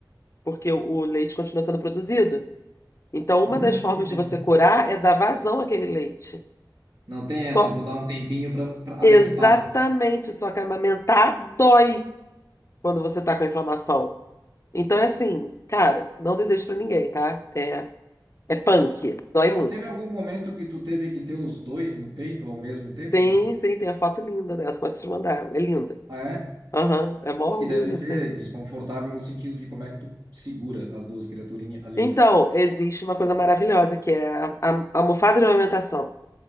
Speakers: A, on the left (about 40°); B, on the right (about 65°).
A: Porque o o leite continua sendo produzido. Então, uma
B: Hum,
A: das formas
B: tem.
A: de você curar é dar vazão àquele leite.
B: Não tem
A: Só
B: essa, vou dar um tempinho pra, pra- até
A: exatamente,
B: que passe.
A: só que amamentar dói quando você tá com a inflamação. Então é assim, cara, não desejo pra ninguém, tá? É, é punk, dói muito.
B: Teve algum momento que tu teve que ter os dois no peito ao mesmo tempo?
A: Sim,
B: Não.
A: sim, tem a foto linda dessa, posso te mandar, é linda.
B: Ah, é?
A: Aham, é mó orgulho,
B: Que deve ser
A: assim.
B: desconfortável no sentido de como é que tu segura as duas criaturinhas ali,
A: Então,
B: né?
A: existe uma coisa maravilhosa que é a, a, a almofada de amamentação.